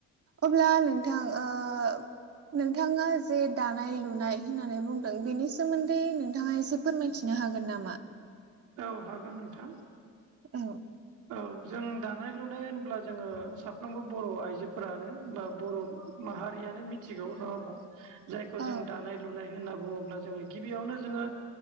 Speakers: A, on the right (about 50°); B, on the right (about 90°).
A: अब्ला नोंथां ओ नोंथाङा जे दानाय लुनाय होननानै बुंदों बेनि सोमोन्दै नोंथाङा एसे फोरमायथिनो हागोन नामा
B: औ हागोन नोंथां
A: औ।
B: औ जों दानाय लुनाय होनब्ला जोङो साफ्रोमबो बर' आइजोफोरानो बा बर' माहारियानो मिथिगौ नङा होमबा जायखौ
A: औ
B: जों दानाय लुनाय होनना बुङोब्ला जोङो गिबियावनो जोङो